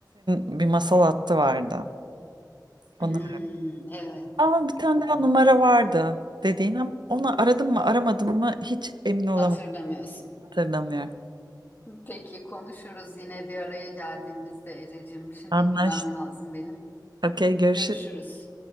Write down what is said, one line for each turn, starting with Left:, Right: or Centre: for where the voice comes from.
Right: bir masal hattı vardı. Onu
Left: Hmm, evet,
Right: Ama bir tane
Left: evet.
Right: daha numara vardı dediğin ama onu aradım mı aramadım mı hiç emin olamadım
Left: Hatırlamıyorsun.
Right: hatırlamıyorum.
Left: Peki konuşuruz yine bir araya geldiğimizde Ececiğim. Şimdi
Right: Anlaştık.
Left: gitmem lazım benim.
Right: Okey görüşürüz.
Left: Görüşürüz.